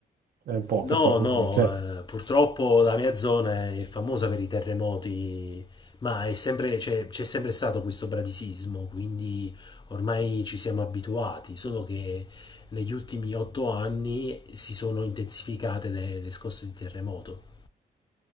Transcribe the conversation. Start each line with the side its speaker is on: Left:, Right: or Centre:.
Right: è un po'
Left: No,
Right: che fa così?
Left: no,
Right: Cioè,
Left: eh, purtroppo la mia zona è famosa per i terremoti, ma è sempre- c'è c'è sempre stato questo bradisismo, quindi ormai ci siamo abituati, solo che negli ultimi otto anni si sono intensificate le le scosse di terremoto.